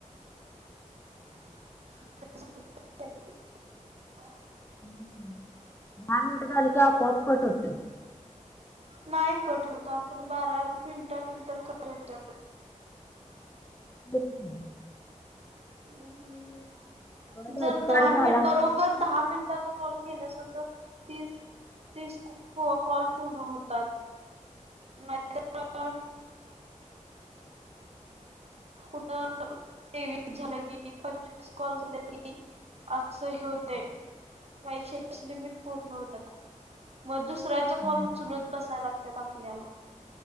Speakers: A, on the right; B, on the left.
A: <unintelligible>
B: दहा मिनिट झाले की आपोआप कट होतय.
A: नाही कट होत आपण बारा मिनटा नंतर कट होतय.
B: <unintelligible>
A: अ
B: कट
A: जर
B: होत कट
A: दहा
B: झाला
A: मि बरोबर दहा मिनिटाचा कॉल केल्यास तर तीस तीस कॉल पूर्ण होतात. <inaudible> कुठ तेवीस झाल की पंचवीस कॉल झाल की अस हे होते पैशाची लिमिट पूर्ण होतात म दुस, दुसऱ्यांच
B: हम्म.
A: कॉल ऊचलत बसायला लागतात आपल्याला